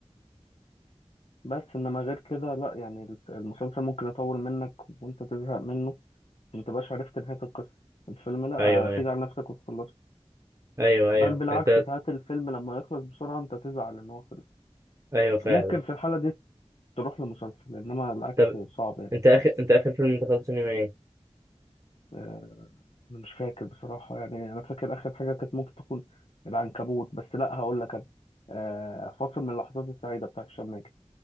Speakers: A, on the left; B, on the right.
A: بس انما غير كده لا يعني المسلسل ممكن يطول منك وانت تزهق منه ما تبقاش عرفت نهاية القصة الفيلم لا
B: ايوه ايوه
A: تيجي على نفسك وتخلصه
B: ايوه ايوه
A: بل بالعكس
B: انت
A: ساعات الفيلم لما يخلص بسرعة انت تزعل ان هو خلص
B: ايوه فعلا
A: ممكن في الحالة دي تروح لمسلسل انما العكس
B: طب
A: صعب يعني
B: انت اخر انت اخر فيلم دخلت سينما ايه
A: آه، مش فاكر بصراحة يعني انا فاكر اخر حاجة كانت ممكن تكون العنكبوت بس لا هقول لك انا آه، فاصل من اللحظات السعيدة بتاع هشام ماجد